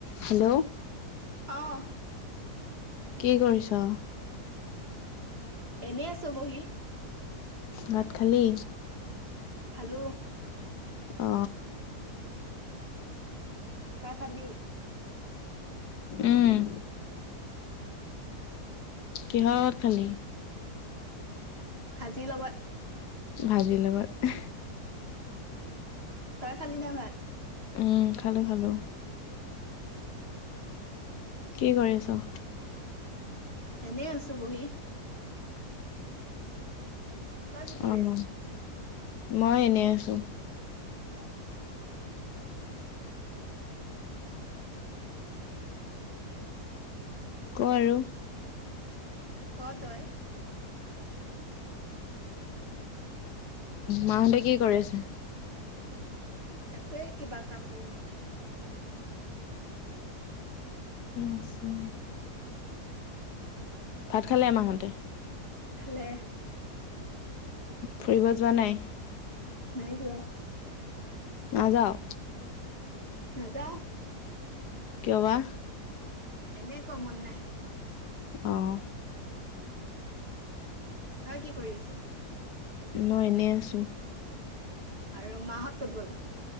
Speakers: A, on the left; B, on the right.
A: Hello
B: অহ
A: কি কৰিছ
B: এনে আছোঁ বহি
A: ভাত খালী
B: খালোঁ
A: অ
B: তই খালি
A: উম কিহৰ লগত খালি
B: ভাজিৰ লগত
A: ভাজিৰ লগত
B: তই খালি নাই ভাত
A: উম খালো খালো কি কৰিছ
B: এনেই আছো বহি তই কি কৰি
A: অ
B: আছ
A: মই এনে আছো
B: অ
A: ক আৰু
B: ক ত ই
A: মাহঁতে কি কৰি আছে
B: আছে কিবা কাম কৰি আছে
A: আছোঁ ভাত খালে আমাহঁতে
B: খালে
A: ফুৰিব যোৱা নাই
B: নাই যোৱা
A: না যাৱ
B: নাযাওঁ
A: কিয় বাঁ
B: এনেই ক মন নাই
A: অহ
B: তই কি কৰি আছ?
A: মই এনেই আছোঁ।
B: আৰু মাহত ক'তগ'ল?